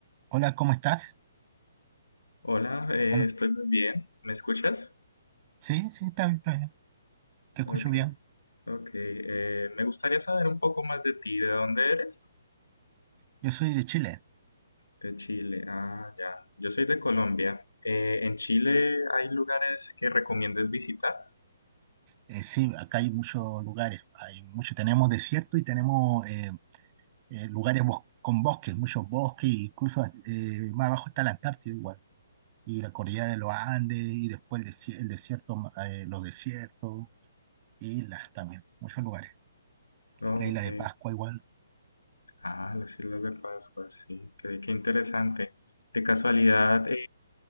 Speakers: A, on the right (about 35°); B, on the left (about 80°).
A: Hola, ¿cómo estás?
B: Hola, eh,
A: ¿Aló?
B: estoy muy bien. ¿Me escuchas?
A: Sí, sí, está bien, está bien. Te escucho
B: Ok,
A: bien.
B: ok. Eh, me gustaría saber un poco más de ti. ¿De dónde eres?
A: Yo soy de Chile.
B: De Chile. Ah, ya. Yo soy de Colombia. Eh, ¿en Chile hay lugares que recomiendes visitar?
A: Eh, sí, acá hay muchos lugares. Hay mucho, tenemos desierto y tenemos eh, eh, lugares bos- con bosques, muchos bosques, e incluso eh, más abajo está la Antártida igual. Y la cordillera de los Andes, y después el, desi- el desierto, eh, los desiertos, islas también, muchos lugares.
B: Oh,
A: La isla
B: ok.
A: de Pascua igual.
B: Ah, las Islas de Pascua, sí. Qué, qué interesante. De casualidad, eh,